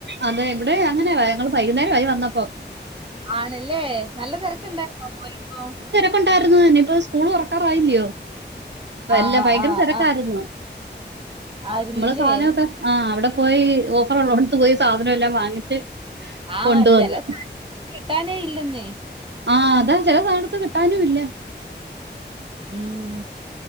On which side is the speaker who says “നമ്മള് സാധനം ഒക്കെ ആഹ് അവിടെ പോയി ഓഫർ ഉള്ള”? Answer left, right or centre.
Right